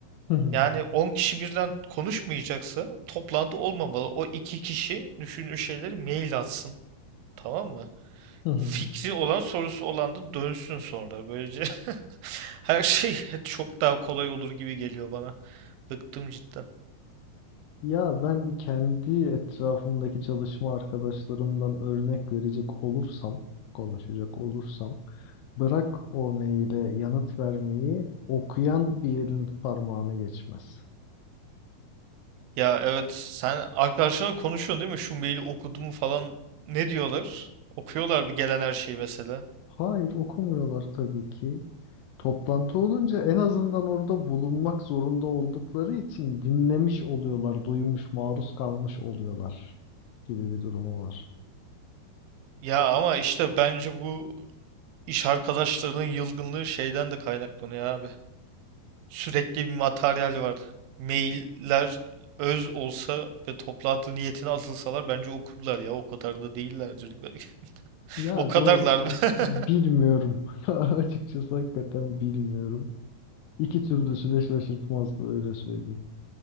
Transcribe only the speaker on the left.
Hı hı,
hı hı.
Ya ben kendi etrafımdaki çalışma arkadaşlarımdan örnek verecek olursam, konuşacak olursam Bırak o maile yanıt vermeyi, okuyan bir elin parmağına geçmez.
Hayır, okumuyorlar tabii ki. Toplantı olunca en azından orada bulunmak zorunda oldukları için dinlemiş oluyorlar, duymuş, maruz kalmış oluyorlar gibi bir durumu var.
Ya
doğru,
bilmiyorum. <laughs> Açıkçası hakikaten bilmiyorum. İki türlüsü de şaşırtmazdı öyle söyleyeyim.